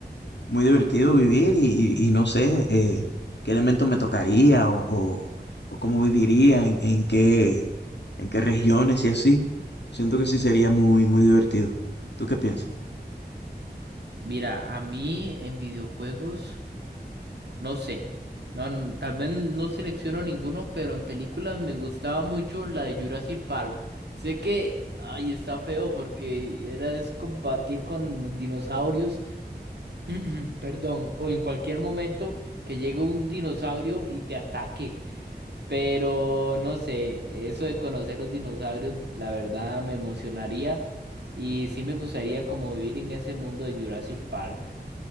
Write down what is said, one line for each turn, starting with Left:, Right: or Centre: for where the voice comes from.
Left: muy divertido vivir y, y- y no sé eh, qué elemento me tocaría o, o- o cómo viviría, en, en qué, en qué regiones y así. Siento que sí sería muy, muy divertido. ¿Tú qué piensas?
Right: Mira, a mí en videojuegos. No sé. No, n- tal vez no selecciono ninguno, pero en películas me gustaba mucho la de Jurassic Park. Sé que, ay, está feo porque era es combatir con los dinosaurios, <clears throat> perdón, o en cualquier momento que llegue un dinosaurio y te ataque. Pero no sé, eso de conocer los dinosaurios, la verdad me emocionaría y sí me gustaría como vivir en ese mundo de Jurassic Park.